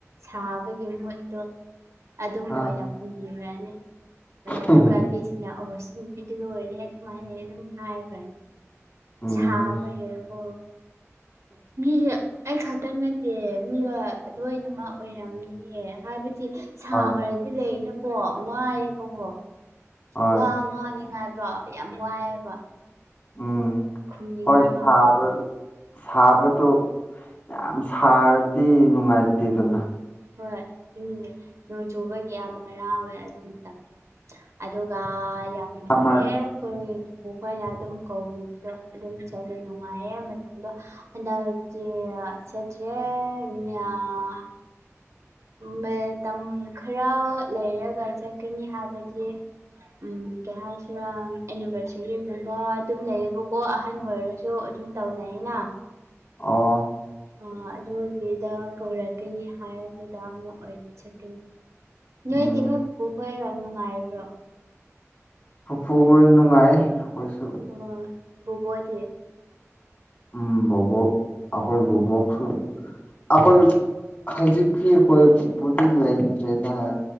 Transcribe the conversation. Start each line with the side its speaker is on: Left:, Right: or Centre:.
Right: ꯁꯥꯕꯒꯤ ꯃꯍꯨꯠꯇꯣ ꯑꯗꯨꯝ
Left: ꯑꯥ
Right: ꯑꯣꯏꯅ ꯍꯨꯝꯕꯤꯔꯅꯤ ꯑ ꯑꯗꯨꯒ
Left: ꯎꯝ
Right: ꯃꯤꯁꯤꯅ ꯑꯣꯍ ꯁꯤ ꯅꯨꯄꯤꯗꯨꯅ ꯑꯣꯏꯔꯦ ꯑꯗꯨꯃꯥꯏꯅ ꯑꯗꯨꯝ ꯍꯥꯏꯈ꯭ꯔꯅꯤ
Left: ꯎꯝ
Right: ꯁꯥꯕ ꯂ‌ꯣꯏꯔꯕ‌ꯣ ꯃꯤꯍ ꯑꯩ ꯈꯛꯇꯪ ꯅꯠꯇꯦ ꯃꯤ ꯂꯣꯏꯅꯃꯛ ꯑꯣꯏꯔꯝꯅꯤꯌ‌ꯦ ꯍꯥꯏꯕꯗꯤ ꯁꯥꯈꯔꯗꯤ
Left: ꯍꯣꯏ
Right: ꯂꯩꯅꯀꯣ ꯋꯥꯏꯑꯦꯕꯀꯣ
Left: ꯍꯣꯏ
Right: ꯋꯥ ꯉꯥꯡꯅꯤꯉꯥꯏꯕ ꯌꯥꯝ ꯋꯥꯏꯑꯦꯕ
Left: ꯎꯝ
Right: ꯈꯨꯝꯅꯤꯡꯉꯥꯏ
Left: ꯍꯣꯏ
Right: ꯉꯥꯎ
Left: ꯁꯥꯕ
Right: ꯇꯜꯂꯦ
Left: ꯁꯥꯕꯗꯣ ꯌꯥꯝ ꯁꯥꯔꯗꯤ ꯅꯨꯡꯉꯥꯏꯇꯦꯗꯅ
Right: ꯎꯝ ꯍꯣꯏ ꯎꯝ ꯅꯣꯡ ꯆꯨꯕꯒꯤ ꯌꯥꯝ ꯍꯔꯥꯎꯋꯦ ꯑꯗꯨꯃꯇꯪ ꯑꯗꯨꯒ ꯌꯥꯝ ꯅꯨꯡꯉꯥꯏꯌꯦ
Left: ꯁꯝꯃꯔ
Right: ꯈꯣꯏ ꯄꯨꯄꯨꯈ‌ꯣꯏꯅ ꯑꯗꯨꯝ ꯀꯧꯕꯤꯕꯗꯣ ꯑꯗꯨꯝ ꯆꯠꯂꯦ ꯅꯨꯡꯉꯥꯏꯌ‌ꯦ ꯃꯇꯝꯗꯣ ꯍꯟꯗꯛꯇꯤ ꯆꯠꯇ꯭ꯔꯦ ꯃꯌꯥꯝ ꯃꯇꯝ ꯈꯔ ꯂꯩꯔꯒ ꯆꯠꯀꯅꯤ ꯍꯥꯏꯕꯗꯤ ꯎꯝ ꯀꯩ ꯍꯥꯏꯁꯤꯔꯥ ꯑꯦꯅꯤꯚꯔꯁꯔꯤꯒꯨꯝꯕ ꯑꯗꯨꯝ ꯂꯩꯌꯦꯕꯀꯣ ꯑꯍꯟ ꯑꯣꯏꯔꯁꯨ ꯑꯗꯨꯝ ꯇꯧꯅꯩꯅ
Left: ꯑ
Right: ꯑ ꯑꯗꯨꯒꯤꯗ ꯀꯧꯔꯛꯀꯅꯤ ꯍꯥꯏ ꯑꯗꯨꯗ ꯑꯃꯨꯛ ꯑꯣꯏꯅ ꯆꯠꯀꯅꯤ
Left: ꯎꯝ
Right: ꯅꯣꯏꯗꯤ ꯅꯣꯏ ꯕꯨꯕ‌ꯣꯛꯈꯣꯏꯒ ꯅꯨꯡꯉꯥꯏꯔꯤꯕ꯭ꯔꯣ
Left: ꯄꯨꯄꯨꯍ‌ꯣꯏ ꯅꯨꯡꯉꯥꯏ ꯑꯩꯈꯣꯏꯁꯨ
Right: ꯑ ꯕꯨꯕ‌ꯣꯛꯍ‌ꯣꯏꯗꯤ
Left: ꯎꯝ ꯕꯨꯕ‌ꯣꯛ ꯑꯈꯣꯏ ꯕꯨꯕ‌ꯣꯛꯁꯨ ꯑꯩꯈꯣꯏ ꯍꯧꯖꯤꯛꯇꯤ ꯑꯩꯈꯣꯏ ꯄꯨꯄꯨꯗꯤ ꯂꯩꯇ꯭ꯔꯦꯗ ꯍꯥꯏ